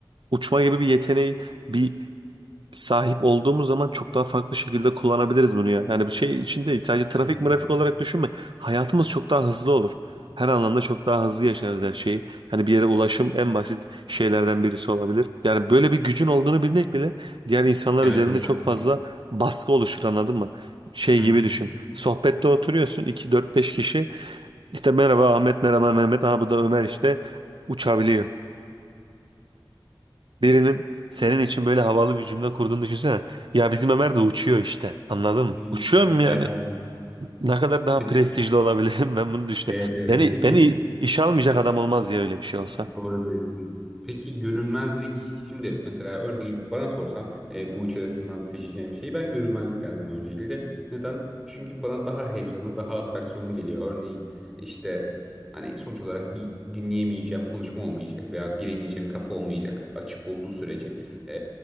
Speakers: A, on the right; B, in the centre.
A: uçma gibi bir yeteneği bir sahip olduğumuz zaman çok daha farklı şekilde kullanabiliriz bunu ya. Yani bu şey için değil. Sadece trafik
B: Hı
A: mırafik
B: hı.
A: olarak düşünme. Hayatımız çok daha hızlı olur. Her anlamda çok daha hızlı yaşarız her şeyi. Hani bir yere ulaşım en basit şeylerden birisi olabilir. Yani böyle bir gücün olduğunu bilmek bile diğer insanlar
B: Evet,
A: üzerinde
B: evet
A: çok
B: haklısın.
A: fazla baskı oluşur anladın mı? Şey
B: Hı
A: gibi
B: hı.
A: düşün. Sohbette oturuyorsun iki dört beş kişi. İşte merhaba Ahmet, merhaba Mehmet, ha bu da Ömer işte uçabiliyor. Birinin senin için böyle havalı bir cümle kurduğunu düşünsene. Ya
B: Evet.
A: bizim Ömer de uçuyor işte. Anladın mı?
B: Hı,
A: Uçuyorum yani.
B: Bayağı.
A: Ne kadar daha
B: <laughs>
A: prestijli olabilirim <laughs> ben bunu düşünüyorum.
B: Evet, evet.
A: Beni
B: Peki.
A: beni işe almayacak adam olmaz ya öyle bir şey olsa.
B: Doğru diyorsun. Peki görünmezlik şimdi mesela örneğin bana sorsan e, bu üç arasından seçeceğim şeyi ben görünmezlik derdim öncelikle. Neden? Çünkü bana daha heyecanlı, daha atraksiyonlu geliyor. Örneğin işte hani sonuç olarak gi- dinleyemeyeceğim konuşma olmayacak veya giremeyeceğim kapı olmayacak açık olduğu sürece e,